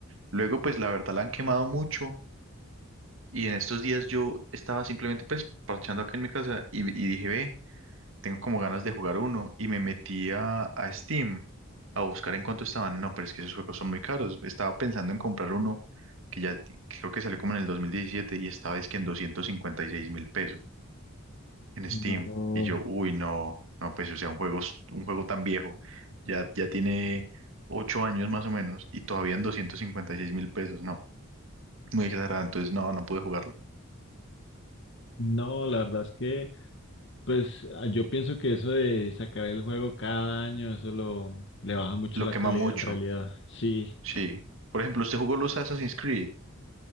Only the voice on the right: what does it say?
Luego, pues la verdad la han quemado mucho y en estos días yo estaba simplemente pues parchando acá en mi casa y, y dije, ve. tengo como ganas de jugar uno y me metí a, a Steam a buscar en cuánto estaban. No, pero es que esos juegos son muy caros. Estaba pensando en comprar uno que ya t- creo que salió como en el 2017 y estaba es que en doscientos cincuenta y seis mil pesos en
Steam. Y yo, uy, no, no, pues o sea, un juego, s- un juego tan viejo, ya, ya tiene ocho años más o menos y todavía en doscientos cincuenta y seis mil pesos. No, muy exagerado. Entonces, no, no pude jugarlo.
Lo
quema
mucho,
sí. Por ejemplo, usted jugó los Assassin's Creed.